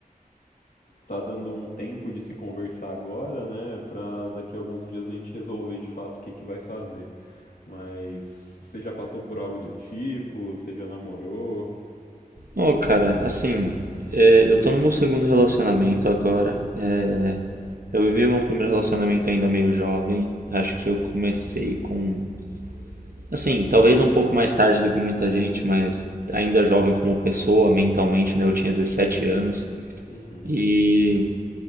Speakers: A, on the left; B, on the right.
A: tá dando um tempo de se conversar agora, né? Pra daqui a alguns dias a gente resolver de fato o que, que vai fazer. Mas você já passou por algo do tipo? Você já namorou?
B: Ô, cara, assim, é, eu tô no meu segundo relacionamento agora. É, eu vivi meu primeiro relacionamento ainda meio jovem. Acho que eu comecei com. Assim, talvez um pouco mais tarde do que muita gente, mas ainda jovem como pessoa, mentalmente, né? Eu tinha 17 anos.
A: Uhum.
B: E